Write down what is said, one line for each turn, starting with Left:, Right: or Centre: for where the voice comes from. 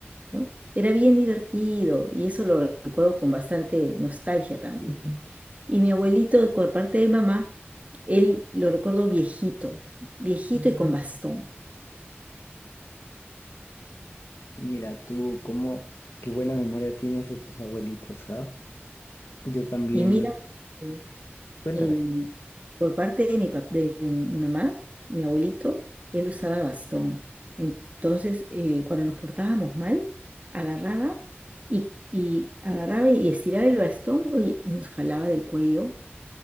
Right: ¿no? Era bien divertido y eso lo recuerdo con bastante nostalgia también. Y mi abuelito, de- por parte de mamá, él lo recuerdo viejito, viejito y con bastón.
Left: Mira, tú, cómo, qué buena memoria tienes de tus abuelitos, ¿ah? Yo también,
Right: Y mira, el-
Left: cuéntame,
Right: el- por parte de mi, pap- de mi mamá, mi abuelito, él usaba bastón. Entonces, eh, cuando nos portábamos mal, agarraba y, y agarraba y estiraba el bastón, oye, y nos jalaba del cuello,